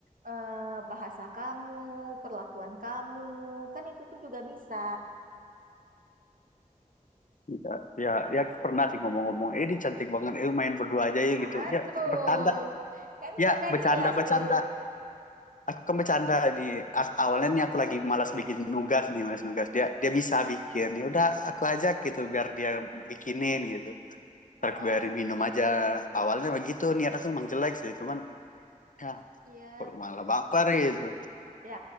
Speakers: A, on the right; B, on the left.
A: eh, bahasa kamu, perlakuan kamu, kan itu tuh juga bisa.
B: ya ya, ya pernah sih ngomong-ngomong eh ini cantik banget eh main berdua aja yuk
A: Aduh,
B: gitu ya bercanda
A: kan
B: ya
A: j- udah
B: bercanda
A: jelas
B: bercanda
A: tuh.
B: aku kan bercanda nih awalnya nih aku lagi malas bikin nugas nih malas nugas dia dia bisa bikin ya udah aku ajak gitu biar dia bikinin gitu ntar
A: Heeh,
B: aku biarin minum aja awalnya begitu niat aku emang jelek sih cuman ya
A: iya.
B: kok malah baper gitu
A: Ya,